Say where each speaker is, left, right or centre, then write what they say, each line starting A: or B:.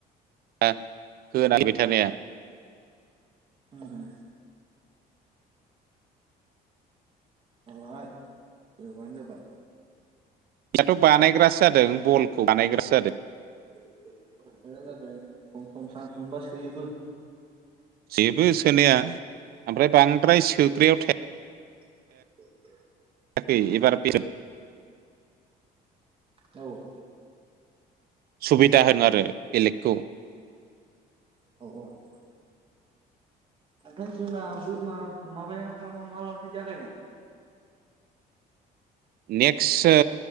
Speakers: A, on the right (about 65°); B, on the right (about 30°).
A: <unintelligible>
B: <inaudible> उम उम। <unintelligible>
A: <unintelligible> बानायग्रासो जादों बलखौ बानायग्रासो जादो।
B: <unintelligible> सम सम सान्स सोयोबो।
A: सोयोबो सोनाया ओमफ्राय बांद्राय सोग्रायाव था
B: <inaudible>
A: <unintelligible>
B: <inaudible> औ।
A: सुबिदा होन आरो बेलेगखौ।
B: <inaudible> औ औ। ओमफ्राय जोंना बोरमा माबाया फारामा मालानिफ्राय जागायनो?
A: नेक्स्ट ओ